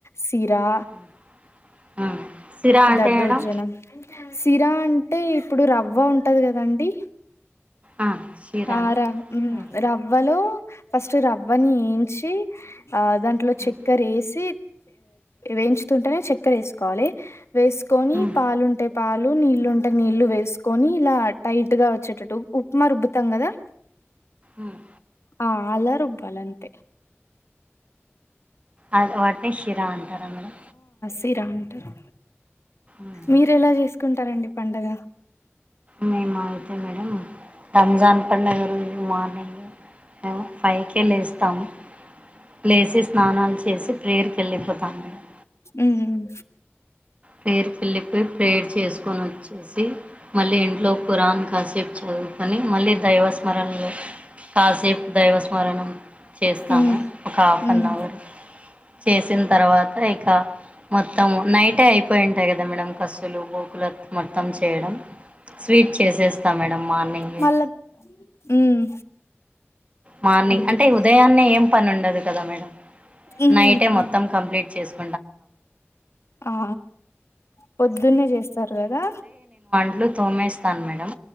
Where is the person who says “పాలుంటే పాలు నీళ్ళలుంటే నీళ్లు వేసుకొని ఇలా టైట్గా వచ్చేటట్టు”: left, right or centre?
Left